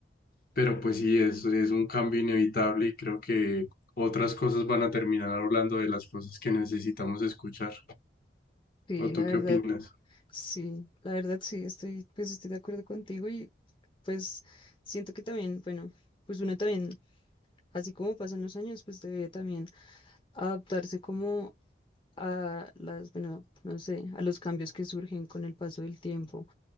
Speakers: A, on the left; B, on the left.
A: pero pues sí, es, es un cambio inevitable y creo que otras cosas van a terminar hablando de las cosas que necesitamos escuchar.
B: Sí,
A: ¿O
B: la
A: tú
B: verdad.
A: qué opinas?
B: Sí, la verdad sí, estoy, pues estoy de acuerdo contigo y pues siento que también, bueno, pues uno también, así como pasan los años, pues debe también adaptarse como a las, bueno, no sé, a los cambios que surgen con el paso del tiempo.